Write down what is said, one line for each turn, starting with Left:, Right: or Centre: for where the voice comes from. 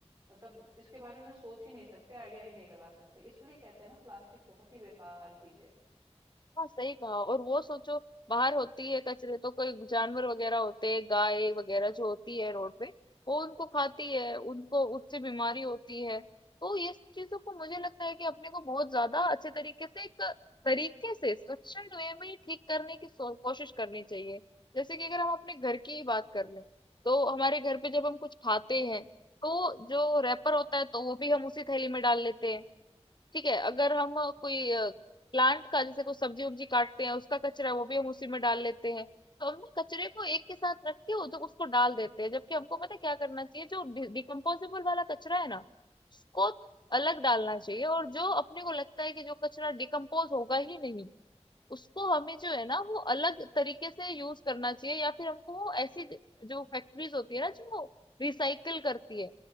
Right: मतलब इसके बारे में सोच ही नहीं सकते आइडिया ही नहीं लगा सकते इसलिए कहते हैं ना प्लास्टिक बहुत ही बेकार चीज है
Left: हाँ सही कहा और वो सोचो बाहर होती है कचरे तो कोई जानवर वगैरह होते हैं गाय वगैरह जो होती है रोड पे वो उनको खाती है उनको उससे बीमारी होती है तो ये सब चीजों को मुझे लगता है कि अपने को बहुत ज्यादा अच्छे तरीके से एक तरीके से स्ट्रक्चर्ड वे में ठीक करने की सो- कोशिश करनी चाहिए जैसे कि अगर हम अपने घर की ही बात कर लें तो हमारे घर पे जब हम कुछ खाते हैं तो जो रैपर होता है तो वो भी हम उसी थैली में डाल लेते हैं ठीक है अगर हम अ, कोई प्लांट का जैसे कोई सब्जी उब्जी काटते हैं उसका कचरा है वो भी हम उसी में डाल लेते हैं तो हम ना कचरे को एक के साथ रख के उधर उसको डाल देते हैं जबकि हमको पता है क्या करना चाहिए जो डिकम्पोजेबल वाला कचरा है ना उसको अलग डालना चाहिए और जो अपने को लगता है कि जो कचरा डिकम्पोज होगा ही नहीं उसको हमें जो है ना वो अलग तरीके से यूज करना चाहिए या फिर हमको वो ऐसी जो फैक्ट्रीज होती है ना जो रिसाइकल करती है